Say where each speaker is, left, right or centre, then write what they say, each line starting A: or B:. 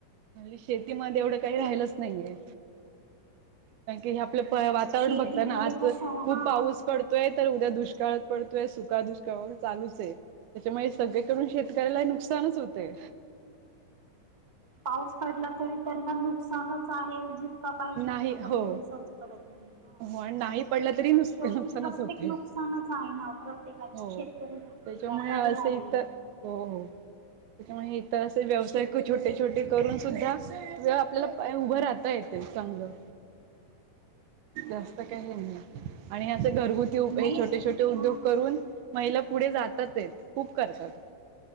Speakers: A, on the right; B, on the right.
A: ओन्ली शेतीमध्ये एवढं काही
B: तेच.
A: राहिलच नाहीये. कारण की ह्या प वातावरण
B: शेतीमध्ये
A: बघता ना, आज
B: कसं
A: खूप
B: हा
A: पाऊस पड तोय. तर उद्या दुष्काळात पडतोय, सुका दुष्काळ व चालूचय. त्याच्यामुळे सगळे करून शेतकऱ्यालाही नुकसानच होतेय.
B: पाऊस पडला तरी, त्यांना नुकसानच आहे. जितका पाहिजे
A: नाही
B: तितका
A: हो
B: पुरेसाच पडत नाही, हा.
A: हो आणि नाही पडलं तरी नुसक
B: शेवटी
A: नुकसानच
B: प्रत्येक
A: होते
B: नुकसानच आहे ना. प्रत्येकाची
A: हो.
B: शेत करी झाले,
A: त्याच्यामुळे
B: व्यापारी
A: असं
B: झाले.
A: इतर हो, हो. त्याच्यामुळे इथं असे, व्यवसाय क छोटे -छोटे करून सुद्धा व आपल्याला उभं राहता येतं. ते चांगलं. जास्त काही <unintelligible> आणि असे उपे घरगुती
B: नाही
A: हे छोटे छोटे उद्योग
B: हा
A: करून महिला पुढे जातातयत, खूप करतात.